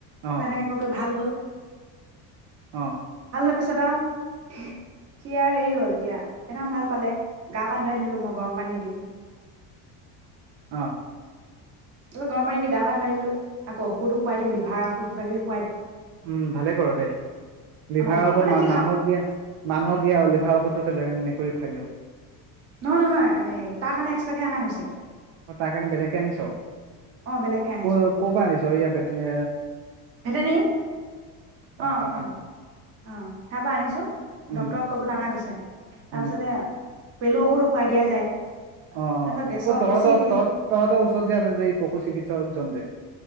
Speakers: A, on the right; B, on the right.
A: অ
B: কৌ এনেকে কৈ কৈ ভাল হ'ল।
A: অ'
B: তাপিছত আৰু সি-সি আৰু হেৰি হ'ল এতিয়া সেইকাৰণে ভাল পালে গা-পা ধুৱাই দিলো মই গৰম পানী দি।
A: অ'।
B: গৰম পানী দি গা-পা ধুৱাই দিলো আকৌ ঔষধো খুৱাই দিও লিভাৰৰ ঔষধ কিবাকিবি
A: উম ভালে কৰ দে। লিভাৰৰ
B: অ'
A: ঔষধ
B: মানে
A: মা
B: সি
A: - মানুহক দিয়া মানুহক দিয়া লিভাৰৰ ঔষধটো গৰম মেকুৰীক খুৱাই দিয়।
B: নহয় নহয় এই তাৰ কাৰণে এক্সট্ৰাকে আনা গৈছে।
A: অ' তাৰ কাৰণে বেলেগকে আনিছ?
B: অ' বেলেগকে আনিছোঁ
A: ক'
B: মই
A: কৰ পা আনিছ? এইয়া বেতি
B: ভেটেনেৰী। অ'
A: তাৰ পৰা
B: অ' অ'
A: আনিছ
B: তাৰ পৰা আনিছো
A: উম
B: ডক্তৰক কৈ পেলাই আনা গৈছে।
A: উম
B: তাৰপিছতে পেলু ঔষধো খুৱাই দিয়া যা- যায়
A: অ' অ'।
B: তাৰপিছত গেছৰ
A: অ' তহঁতৰ
B: বেছি হেৰি
A: তহঁত তহঁতৰ ওচৰত যে আছে যে এই পশু চিকিৎসকজন যে